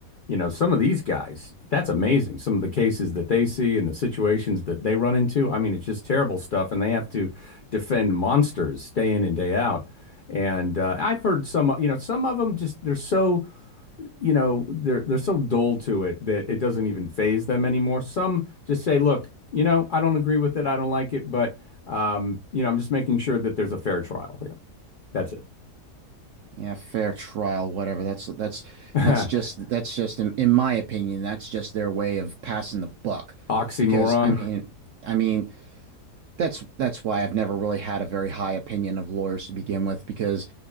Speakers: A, on the left; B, on the right.
A: You know, some of these guys, that's amazing. Some of the cases that they see and the situations that they run into. I mean, it's just terrible stuff. And they have to defend monsters day in and day out. And uh, I've heard some, you know, some of them just, they're so you know, they're they're so dull to it that it doesn't even phase them anymore. Some just say, look, you know, I don't agree with it, I don't like it, but um, you know, I'm just making sure that there's a fair trial. Yeah, that's it.
B: Yeah, fair trial, whatever. That's that's
A: <laughs>
B: that's just that's just in, in my opinion, that's just their way of passing the buck.
A: Oxymoron.
B: Because I mean, I mean, that's that's why I've never really had a very high opinion of lawyers to begin with, because